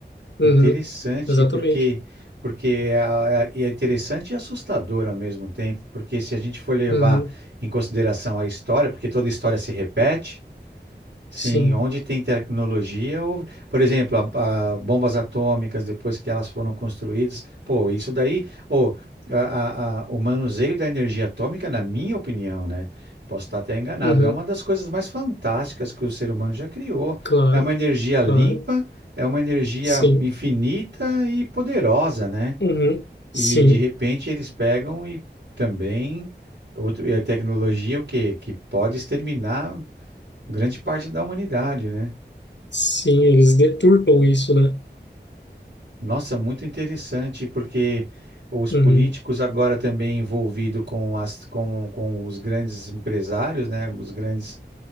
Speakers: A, on the left; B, on the right.
A: Uhum,
B: Interessante,
A: exatamente.
B: porque porque é, é- e é interessante e assustador ao mesmo tempo, porque se a gente for levar
A: Uhum,
B: em consideração a história, porque toda história se repete, Sim,
A: sim.
B: onde tem tecnologia, houve- por exemplo, a, a bombas atômicas, depois que elas foram construídas, pô, isso daí, ô, a- a- a- o manuseio da energia atômica, na minha opinião, né? Posso estar até enganado,
A: Uhum,
B: é uma das coisas mais fantásticas que o ser humano já criou.
A: claro,
B: É uma energia limpa,
A: claro.
B: é uma energia
A: Sim.
B: infinita e poderosa, né?
A: Uhum, sim.
B: E de repente eles pegam e também. Outro, é tecnologia o quê? Que pode exterminar grande parte da humanidade, né?
A: Sim, eles deturpam isso, né?
B: Nossa, muito interessante, porque os
A: Uhum,
B: políticos agora também envolvidos com as, com, com os grandes empresários, né? Os grandes